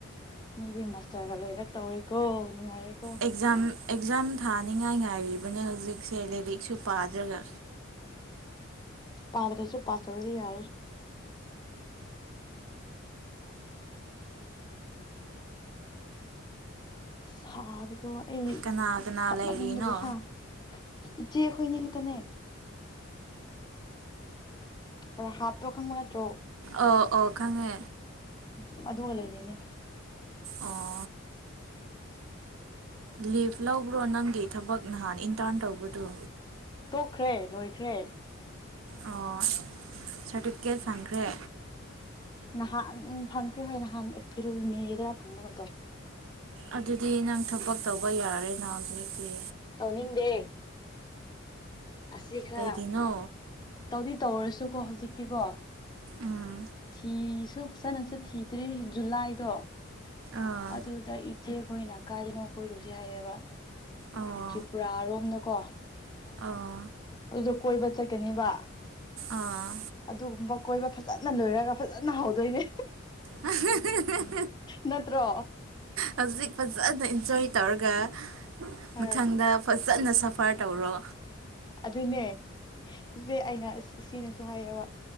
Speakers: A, on the left (about 20°); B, on the right (about 80°).
A: ꯃꯤꯗꯤ ꯃꯥꯁꯇꯔꯒ ꯂꯣꯏꯔꯛ ꯇꯧꯔꯦꯀꯣ ꯅꯨꯡꯉꯥꯏꯔꯦꯀꯣ
B: ꯑꯦꯛꯖꯥꯝ ꯑꯦꯛꯖꯥꯝ ꯊꯥꯅꯤꯉꯥꯏ ꯉꯥꯏꯔꯤꯕꯅꯦ ꯍꯧꯖꯤꯛꯁꯦ ꯂꯥꯏꯔꯤꯛꯁꯨ ꯄꯥꯗ꯭ꯔꯒ
A: ꯄꯥꯗ꯭ꯔꯁꯨ ꯄꯥꯊꯔꯗꯤ ꯌꯥꯔꯦ ꯁꯥꯕ ꯑꯗꯣ ꯑꯩ
B: ꯀꯅꯥ ꯀꯅꯥ
A: ꯁꯠ
B: ꯂꯩꯔꯤꯅꯣ
A: ꯃꯅꯤꯡꯕꯒꯤ ꯍꯥ ꯏꯆꯦꯈꯣꯏꯅꯤ ꯈꯛꯇꯅꯦ ꯑꯣꯔ ꯍꯥꯞꯇꯣ ꯈꯪꯕ ꯅꯠꯇ꯭ꯔꯣ
B: ꯑꯣ ꯑꯣ ꯈꯉꯦ
A: ꯎ ꯑꯗꯨꯒ ꯂꯩꯔꯤꯅꯦ
B: ꯑꯣ ꯂꯤꯐ ꯂꯧꯕ꯭ꯔꯣ ꯅꯪꯒꯤ ꯊꯕꯛ ꯅꯍꯥꯟ ꯏꯟꯇꯥꯔꯟ ꯇꯧꯕꯗꯨ
A: ꯇꯣꯛꯈ꯭ꯔꯦ ꯂꯣꯏꯈ꯭ꯔꯦ
B: ꯑꯣ ꯁꯥꯔꯇꯤꯐꯤꯀꯦꯠ ꯐꯪꯈ꯭ꯔꯦ
A: ꯅꯍꯥꯟ ꯐꯪꯈ꯭ꯔꯦ ꯍꯣꯏ ꯅꯍꯥꯟ ꯑꯦꯄ꯭ꯔꯤꯜ ꯃꯦꯒꯤꯗꯔꯥ ꯐꯪꯕ ꯉꯝꯗꯧꯅꯦ
B: ꯑꯗꯨꯗꯤ ꯅꯪ ꯊꯕꯛ ꯇꯧꯕ ꯌꯥꯔꯦꯅ ꯍꯧꯖꯤꯛ ꯎ
A: ꯇꯧꯅꯤꯡꯗꯦ ꯑꯁꯤ ꯈꯔ
B: ꯀꯩꯒꯤꯅꯣ
A: ꯇꯧꯗꯤ ꯇꯧꯔꯁꯨ ꯀꯣ ꯍꯧꯖꯤꯛꯇꯤꯀꯣ
B: ꯎꯝ
A: ꯊꯤꯁꯨ ꯐꯖꯅꯁꯨ ꯊꯤꯗ꯭ꯔꯤ ꯖꯨꯂꯥꯏꯗꯣ
B: ꯑꯥ
A: ꯑꯗꯨꯗ ꯏꯠꯆꯦ ꯑꯩꯈꯣꯏꯅ ꯀꯥꯏꯗꯅꯣ ꯀꯣꯏꯔꯨꯁꯦ ꯍꯥꯏꯌꯦꯕ
B: ꯑꯣ
A: ꯀ꯭ꯆꯔꯤꯄꯨꯔꯥ ꯑꯔꯣꯝꯅ ꯀꯣ
B: ꯑꯣ
A: ꯑꯣꯗ ꯀꯣꯏꯕ ꯆꯠꯀꯅꯦꯕ
B: ꯑꯥ
A: ꯑꯗꯨꯒꯨꯝꯕ ꯀꯣꯏꯕ ꯐꯖꯅ ꯂꯣꯏꯔꯒ ꯐꯖꯅ ꯍꯧꯗꯣꯏꯅꯦ
B: ꯑ
A: ꯅꯠꯇ꯭ꯔꯣ
B: ꯍꯧꯖꯤꯛ ꯐꯖꯅ ꯏꯟꯖꯣꯏ ꯇꯧꯔꯒ
A: ꯍꯣꯏ
B: ꯃꯊꯪꯗ ꯐꯁ ꯆꯖꯠꯅ ꯁꯐꯔ ꯇꯧꯔꯣ
A: ꯑꯗꯨꯅꯦ ꯏꯆꯦ ꯑꯩꯅꯁ ꯁꯤꯅꯁꯨ ꯁ ꯍꯥꯏꯕ